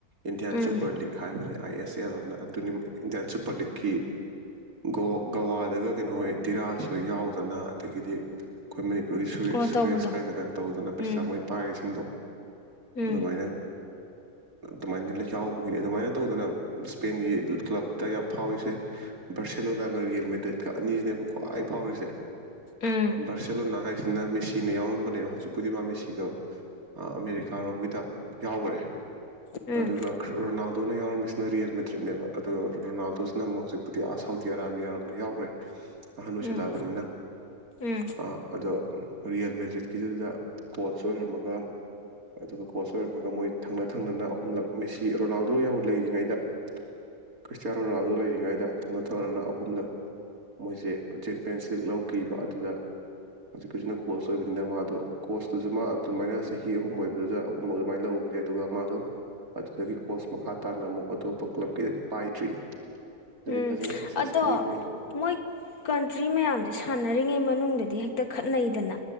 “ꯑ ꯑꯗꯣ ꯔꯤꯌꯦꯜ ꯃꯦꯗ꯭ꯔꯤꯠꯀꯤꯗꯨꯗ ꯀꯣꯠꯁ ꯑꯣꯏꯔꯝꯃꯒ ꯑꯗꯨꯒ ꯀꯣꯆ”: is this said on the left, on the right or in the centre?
Right